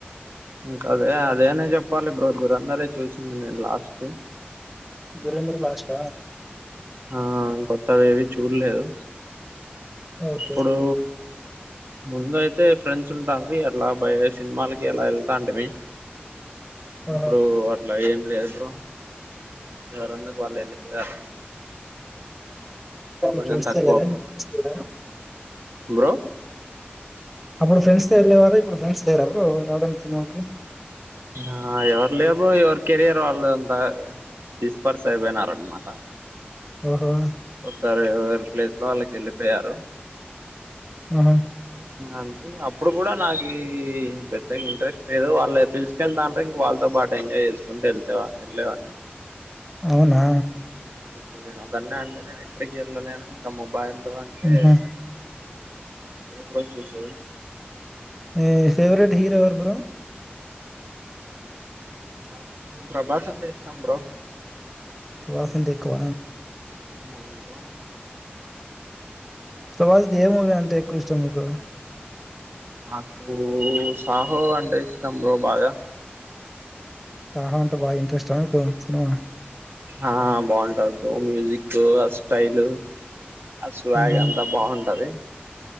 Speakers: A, on the right (about 70°); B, in the centre.
A: ఇంకా అదే అదే అనే చెప్పాలి బ్రో ద్దురందరే చూసింది నేను లాస్ట్
B: దురంధర్ లాష్ట
A: ఆ కొత్తవి ఏవి చూడలేదు
B: ఓకే
A: ఇప్పుడు ముందు అయితే ఫ్రెండ్స్ ఉంటాండ్రి అట్లా భయ సినిమాలకి అలా వెళ్తాంటే మీ
B: ఆహా!
A: ఇప్పుడు అట్లా ఏం లేదు బ్రో, ఎవరి ఇండ్లకు వాళ్ళు వెళ్ళిపోయారు ఇప్పుడు కొంచెం
B: ఫ్రండ్స్
A: తక్కువ బ్రో
B: గ
A: బ్రో
B: ఇప్పుడు ఫ్రెండ్స్ త వెళ్లేేవారు ఇప్పుడు ఫ్రెండ్స్ లేరా బ్రో రావడానికి సినిమాకి
A: ఆ ఎవరు లేరు బ్రో ఎవరు కెరయర్ వాళ్ళుంతా డిస్పర్స్ అయిపోయినార అనమాట
B: ఓహో
A: ఒకరి ఏవరీ ప్లేస్ లో వాళ్ళకి వెళ్ళిపోయారు
B: ఆహా!
A: అ అప్పుడు కూడా నాకు పెద్దగా ఇంట్రెస్ట్ లేదు వాళ్ళు పీల్చు కెళ్తా అంటే ఇంక వాళ్ళతో బాటు ఎంజాయ్ చేసుకుంటూ వెళ్తేవా వెళ్ళేవాడిని
B: అవునా
A: ఇప్పుడు నేను ఒక కన్నా అంటే నే ఎక్కడికి వెళ్ళలేను ఇంకా మబ్బ అబ్బాయిల్లో అంటే
B: హుహు.
A: బ్రో చూసేది
B: మీ ఫేవరెట్ హీరో ఎవరు బ్రో
A: నాకు ప్రభాస్ అంటే ఇష్టం బ్రో
B: ప్రబాస్సంటే ఎక్కువ
A: అంద
B: ప్రభాస్ ది ఏ మూవీ అంటే ఎక్కువ ఇష్టం మీకు
A: నాకు సాహో అంటే ఇష్టం బ్రో బాగా
B: సాహో అంటే బాగా ఇంట్రెస్టా మీకు సినిమా
A: ఆ బాగుంటారు బ్రో మ్యూజిక్ కు ఆ స్టైల్ ఆ స్వాగ్
B: ఆహా!
A: అంతా బాగుంటది